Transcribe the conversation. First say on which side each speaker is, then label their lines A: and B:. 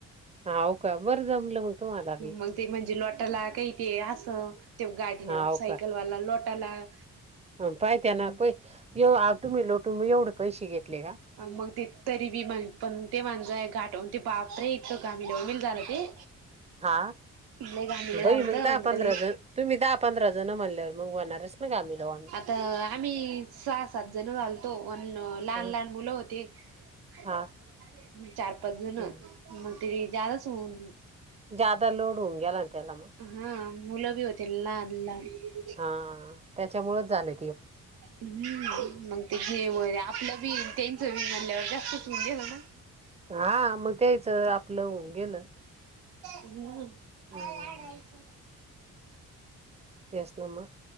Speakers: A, on the right (about 15°); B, on the right (about 75°).
A: हा होव का बरं जमलं मग. तुम्हाला बी
B: मग ते म्हणजे लोटाला काही ते असं ते गाडीने
A: हाव
B: सायकलवाला लोट त्याला-
A: हा पाहि त्या ना प <unintelligible> तुम्ही लोटू एवढे पैसे घेतले का?
B: मग ते तरी बी म्हण पण ते माणजं आहे घाटवरून ते बापरे <unintelligible> झालं ते
A: हा
B: लय घामिल झालत
A: बई मग
B: म्हणजे
A: दहा पंधरा
B: त्याला
A: जण तुम्ही दहा पंधरा जण म्हणल्यावर मग होणारच ना घाम आल्या वाणी.
B: तर आम्ही सहा सात जण झालतो अन् लहान
A: हा
B: लहान मुलं होते. हं
A: हा
B: चार पाच
A: हम्म
B: जण मग तरी जादाच होऊन-
A: ज्यादा लोड होऊन गेला ना त्याला मग.
B: हा मुलं बी होती लहान लहान.
A: हा त्याच्यामुळेच झालेय.
B: हम्म मग ते जेवन आपलं बी. तेनचं बी मनल्यावर जास्तच होऊन गेलं ना.
A: हा मग त्यायचं आपलं होऊन गेलं.
B: हम्म
A: हम्म
B: काढायचं.
A: त्यासनं म